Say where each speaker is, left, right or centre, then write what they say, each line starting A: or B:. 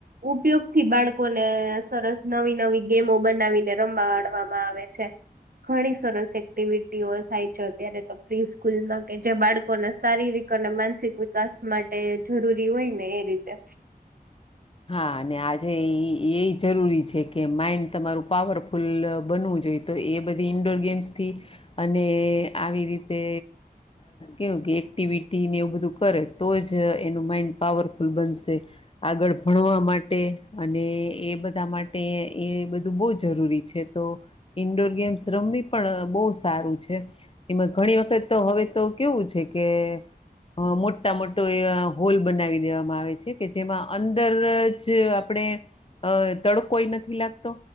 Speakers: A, on the right (about 60°); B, on the left (about 35°).
A: ઉપયોગ થી, બાળકોને સરસ નવી, નવી ગેમો બનાવીને રમવાડવામાં આવે છે. ઘણી સરસ એક્ટિવિટીઓ થાય છે, અત્યારે તો પ્રિ સ્કૂલમાં કે જે બાળકોને સારી રીત અને, માનસિક વિકાસ માટે જરૂરી હોય ને એ રીતે
B: હા, અને આજે એ જરૂરી છે. કે માઇન્ડ, તમારું પાવરફુલ બનવું જોઈ તો એ બધી ઇન્ડોર ગેમ્સથી, અને આવી રીતે કેવું કે એક્ટિવિટી ને એવું બધું કરે તો, જ એનું માઇન્ડ પાવરફુલ બનશે આગળ ભણવા માટે અને, એ બધા માટે એ બધું બહુ જરૂરી છે, તો ઈન્ડોર ગેમ્સ રમવી પણ બહ સારું છે, એમાં ઘણી વખત તો હવે તો કેવું છે કે મોટા, મોટો એ હોલ બનાવી દેવામાં આવે છે, કે જેમાં અંદર આપણે તડકોય નથી લાગતો,